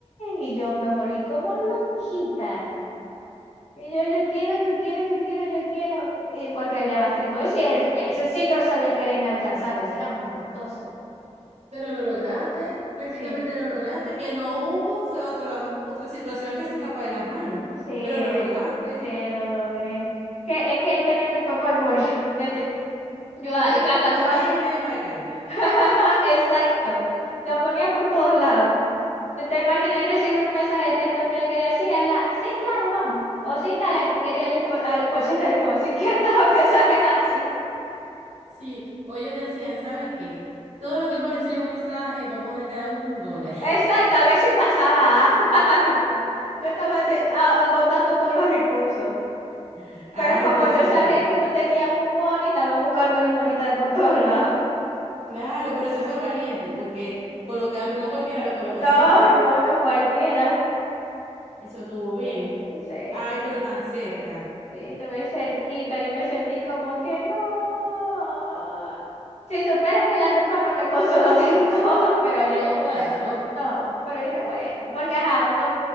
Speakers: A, on the left (about 65°); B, on the right (about 70°).
A: sí. Y yo me volví como loquita. Y yo, yo quiero, yo quiero, yo quiero, yo quiero. Y porque el de Backstreet Boys, sí, él fue- ese sí yo sabía que era inalcanzable, ese era más costoso.
B: Pero lo lograste, prácticamente
A: Sí,
B: lo lograste. Que no hubo fue otra, otra situación que se escapa de las manos,
A: sí,
B: pero lo lograste.
A: sí, lo logré. Que, es que tenía a mi papá al borde. <laughs> Yo ahí
B: Yo creo
A: cantando
B: que tu papá
A: casi.
B: ya es medio Maracaibo.
A: <laughs> Exacto. Lo ponía por todos lados. No te imaginé recibir un mensaje de texto mío que decía, la, sí, claro, vamos. O sí, tal, quiero ir al, info- al concierto del Infonso. Sí, que <laughs> mensajes así.
B: Sí, o ellos decían, ¿saben qué? Todo lo que hemos recibido mensajes, vamos a dar cada uno un dólar.
A: Exacto, a ver si pasaba <laughs> algo. Yo estaba de- a- agotando todos los recursos,
B: <laughs> Ay,
A: pero como
B: Dios
A: yo
B: mío.
A: sabía que no teníamos money, estaba buscando limonita de por todos lados.
B: Claro, pero eso
A: <laughs>
B: fue valiente, porque colocarlo, no cualquiera lo coloca
A: No,
B: así.
A: no, no cualquiera.
B: Eso estuvo bien.
A: Sí.
B: Ay, pero tan cerca.
A: Sí, estuve cerquita, yo me sentí como que no. Si supieras que la ropa no me consoló del <laughs> todo, pero yo
B: No,
A: dije, bueno,
B: claro.
A: no, pero dije, bueno, porque ajá, uno